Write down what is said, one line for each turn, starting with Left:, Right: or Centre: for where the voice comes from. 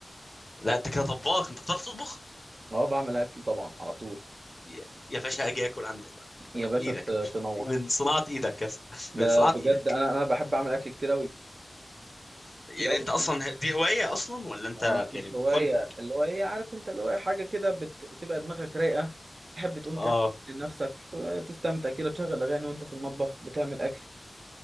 Left: لا انت كده طباخ انت بتعرف تطبخ
Right: اه بعمل أكل طبعا على طول
Left: يا يا باشا اجي اكل عندك بقى
Right: يا باشا
Left: ايدك
Right: ت-
Left: يا باشا
Right: تنور
Left: من صناعه ايدك يا اسطى
Right: ده
Left: من صناعه
Right: بجد
Left: ايدك
Right: أنا أنا بحب أعمل أكل كتير أوي
Left: يعني
Right: كتير أوي
Left: انت اصلا دي هوايه اصلا ولا انت
Right: اه
Left: يعني
Right: مش هواية
Left: كنت
Right: اللي هو إيه عارف أنت اللي هو إيه حاجة كده بتبقى دماغك رايقة تحب تقوم
Left: اه
Right: تعمل لنفسك آه، تستمتع كده تشغل أغاني وأنت في المطبخ بتعمل أكل